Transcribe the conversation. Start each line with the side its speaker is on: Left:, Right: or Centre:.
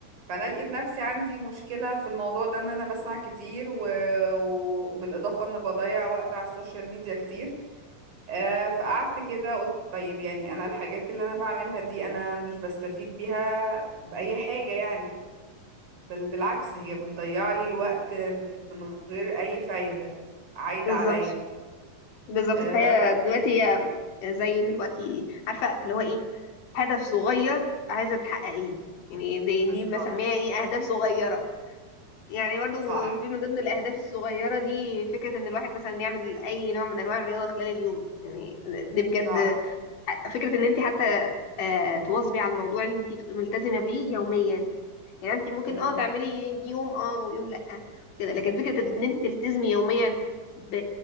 Right: فانا لقيت نفسي عندي مشكلة في الموضوع ده ان انا بسمع كتير و- وبالاضافة ان بضيع وقت على السوشيال ميديا كتير آه، فقعدت كده قلت طيب يعني انا الحاجات اللي انا بعملها دي انا مش بستفيد بيها بأي حاجة يعني بل بالعكس هي بتضيع لي الوقت من غير اي فايدة عايدة
Left: بالظبط
Right: عليا
Left: بالظبط
Right: آه،
Left: فهي
Right: بس
Left: دلوقتي هي زي دلوقتي عارفة اللي هو إيه هدف صغير عايزة تحققيه يعني دي
Right: بالظبط
Left: دي مسميها إيه أهداف صغيرة يعني برضو
Right: صح
Left: في من ضمن الأهداف الصغيرة دي فكرة إن الواحد مثلا يعمل أي نوع من أنواع الرياضة خلال اليوم يعني دي بجد
Right: صح
Left: فكرة ان انت حتى آه، تواظبي على الموضوع اللي انت تبقي ملتزمة بيه يوميا يعني انت ممكن
Right: امم
Left: اه تعملي يوم اه ويوم لأ كده لكن فكرة ان انت تلتزمي يوميا ب...